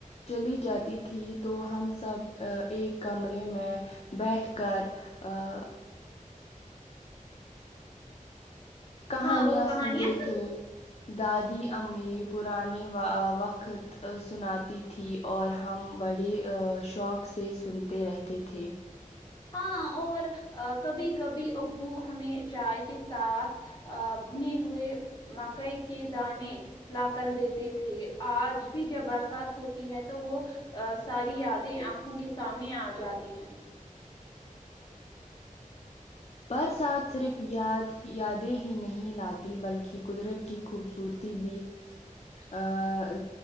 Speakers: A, on the left; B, on the left.
A: چلی جاتی تھی تو ہم سب ایک کمرے میں بیٹھ کر آ کہانیاں
B: ہاں وہ کہانیاں
A: سنتے تھے دادی امی پرانی وا وقت سناتی تھی اور ہم بڑے آ شوق سے سنتے رہتے تھے
B: ہاں اور کبھی کبھی ابو ہمیں چائے کے ساتھ آ بھنے ہوئے مکئی کے دانے لا کر دیتے تھے آج بھی جب برسات ہوتی ہے تو وہ آ ساری یادیں آنکھوں کے سامنے آ جاتی ہیں
A: برسات صرف یاد یادیں ہی نہیں لاتی بلکی قدرت کی خوبصورتی تی بی آ